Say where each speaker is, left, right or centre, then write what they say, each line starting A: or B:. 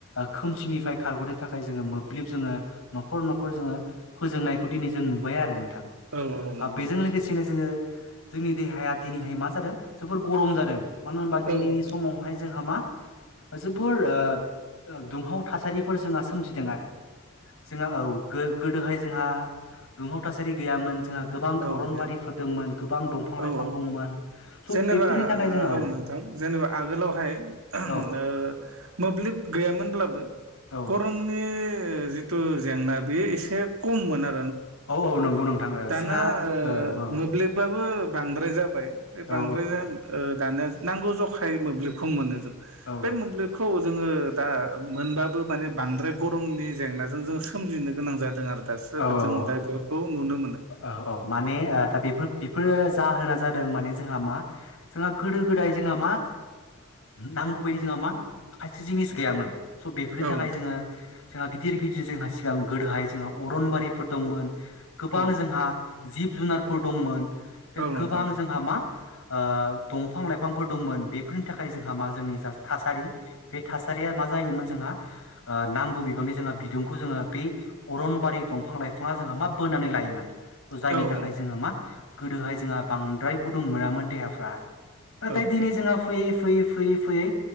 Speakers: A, on the left; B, on the right.
A: खोमसिनिफ्राय खारग'नो थाखाय जोङो मोब्लिब जोङो न'खर न'खर जोङो फोजोंनायखौ दिनै जों नुबाय आरो नोंथां
B: औ औ नंगौ
A: ओ बेजों
B: नोंथां
A: लोगोसेनो जोङो जोंनि देहाया दिनैहाय मा जादों जोबोर गरम जादों। मानो होनबा दिनैनि
B: औ औ
A: समावहाय जोंहा मा जोबोर ओ ओ दुंहाव थासारिफोर जोंहा सोमजिदों आरो जोंहा औ गो-गोदोहाय जोंहा दुंहाव थासारि गैयामोन जोंहा गोबां
B: औ
A: अरनबारिफोर
B: जेन
A: दंमोन गोबां दंफां-लाइफां
B: औ औ
A: दंमोन स'
B: जेनेबा
A: बेफोरनि थाखाय जोंनाव
B: ओ
A: औ
B: नोंथां जेनेबा आगोलावहाय ओ
A: औ
B: मोब्लिब गैयामोनब्लाबो
A: औ
B: गरमनि जिथु जेंना बेयो एसे खममोन आ
A: औ औ नंगौ नोंथाङो ओ जोंहा
B: ना ओ
A: औ औ
B: मोब्लिबा बो बांद्राय जाबाय बे बांद्राय
A: औ
B: ओ दानिया नांगौ जखाय मोब्लिबखौ मोनो जों
A: औ
B: बे मोब्लिबखौ जोङो दा मोनबाबो माने बांद्राय गरमनि जेंनाजों जों सोमजिनो गोनां जादों आरो दा सोर
A: औ
B: जों
A: औ
B: दा बेफोरखौ नुनो मोनो
A: औ औ माने दा बेफोर बेफोर जाहोना जादों माने जों हा मा जोंहा गोादो-गोदाय जोंहा मा नांगौबायदि जोंहा मा खायसे जोंनि जिनिस गैयामोन स' बेफोरनि
B: औ
A: थाखाय
B: नोंथां
A: जोङो जोंहा गिदिर गिदिर जोंहा सिगां गोदोहाय जोंहा अरनबारिफोर दंमोन। गोबां जोंहा
B: औ
A: जिब जुनारफोर दंमोन बे
B: औ नोंथां
A: गोबां जोंहा मा ओ दंफां-लाइफांफोर दंमोन बेफोरनि थाखाय जोंहा मा जोंनि जा थासारि बे थासारिया मा जायोमोन जोंहा ओ नांगौ बिबांनि जोंहा बिदुंखौ जोङो बे अ रन बारि दंफां-लाइफाङा जों मा बोनानै लायोमोन थ' जायनि
B: औ औ
A: थाखाय
B: नोंथां
A: जोङो मा गोदोहाय जोंहा बांद्राय गुदुं मोनामोन देहाफ्रा नाथाय
B: औ
A: दिनै जोंहा फैयै फैयै फैयै फैयै